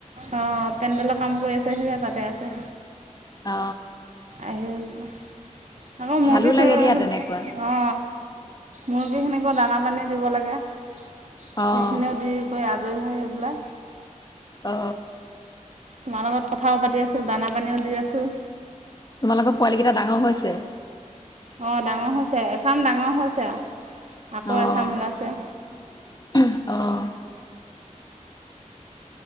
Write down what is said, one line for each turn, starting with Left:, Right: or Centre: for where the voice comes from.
Right: অঁ পেণ্ডেলৰ কাম কৰি আছে সি তাতে আছে
Left: অ
Right: আহিল আকৌ মুৰ্গী
Left: ভালো
Right: চৰি
Left: লাগে দিয়া তেনেকুৱা
Right: অ মুৰ্গীখিনিকো দানা পানী দিব লাগে সেইখিনিও
Left: অ'
Right: দি কৰি আ ৰৈ ৰৈ আহোতে
Left: অ।
Right: তোমাৰ লগত কথাও পাতি আছো, দানা পানীও দি আছোঁ।
Left: তোমালোকৰ পোৱালি কেইটা ডাঙৰ হৈছে
Right: অ, ডাঙৰ হৈছে। এচাম ডাঙৰ হৈছে আও। আকৌ
Left: অ'
Right: এচাম ওলাইছে।
Left: <unintelligible> ওম ওমহো